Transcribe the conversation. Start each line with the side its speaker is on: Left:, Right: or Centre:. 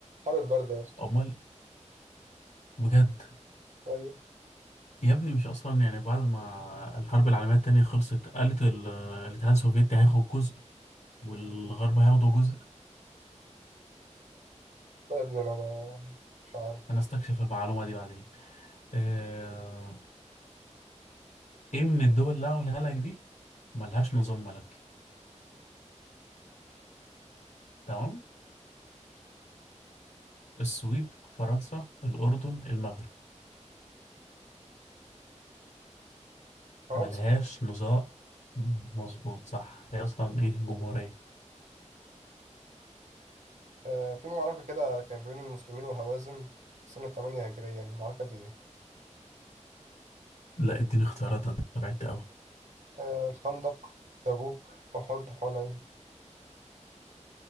Right: حر البرد يا اسطى
Left: أمال إيه؟ بجد
Right: ايوه
Left: يا ابني مش اصلا يعني بعد ما الحرب العالميه التانية خلصت قالت ال- الاتحاد السوفيتي هياخد جزء والغرب هياخدوا جزء
Right: لا يا ابني انا ما مش عارف
Left: انا استكشف المعلومه دي بعدين آه، ايه من الدول اللي هقولها لك دي ملهاش نظام ملكي تمام السويد فرنسا الاردن المغرب
Right: فرنسا
Left: ملهاش نظام مظبوط صح هي اصلا ايه جمهوريه
Right: آه في معركة كده كان بين المسلمين وهوازن سنة 8 هجريا المعركة دي ايه؟
Left: لا اديني اختيارات ده أنت بعدت قوي
Right: آه الخندق تبوك أحد حنين